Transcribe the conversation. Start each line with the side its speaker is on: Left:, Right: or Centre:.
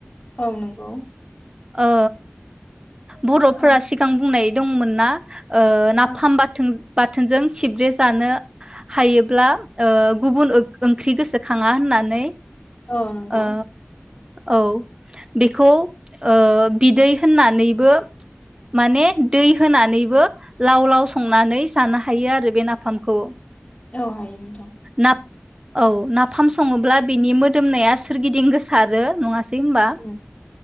Left: औ नोंगौ।
Right: ओ। बर'फोरा
Left: औ
Right: सिगां बुंनाय दंमोन ना। ओ नाफाम
Left: औ
Right: बाथोन बाथोनजों थिब्रे जानो। हायोब्ला ओ गुबुन ओ ओंख्रि गोसोखाङा होननानै।
Left: औ नोंगौ।
Right: ओ औ बेखौ ओ बिदै होनना नैबो माने दै होनानैबो लाव लाव संनानै जानो हायो आरो बे नाफामखौ।
Left: औ हायो नोंथां
Right: ना औ नाफाम सङोब्ला बिनि मोदोमनाया सोरगिदिं गोसारो, नङा सै होमबा?
Left: उम